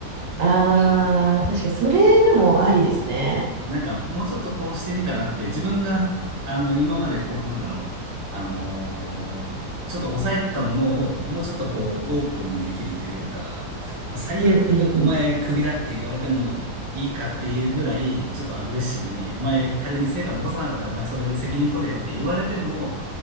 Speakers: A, on the right; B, on the right.
A: ああ、確かにそれでもありですね。
B: なんかもうちょっとこうしてみたらって自分があの今までこうなんだろうあのーちょっと抑えてたものをもうちょっとこうオープンにできるというか、まあ、最悪お前クビだって言われてもいいかっていうぐらいちょっとアグレッシブにお前仮に成果残さなかったらお前それで責任取れよって言われても
A: うんうんうん。